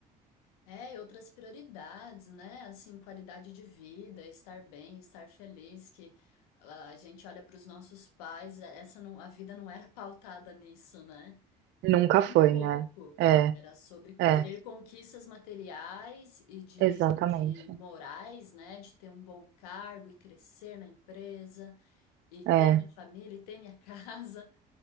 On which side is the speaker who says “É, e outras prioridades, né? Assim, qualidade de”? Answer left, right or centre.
Left